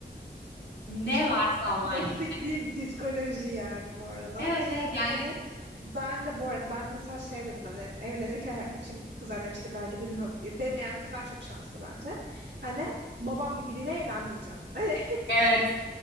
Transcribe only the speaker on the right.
Çok
klasik
bir psikoloji yani bu arada.
Hani ben de bu arada ben mesela şey dedim hani evlenirken bütün kızlar demiştir belki de bilmiyorum. Demeyen kızlar çok şanslı bence. Hani babam gibi biriyle evlenmeyeceğim. <laughs> Hani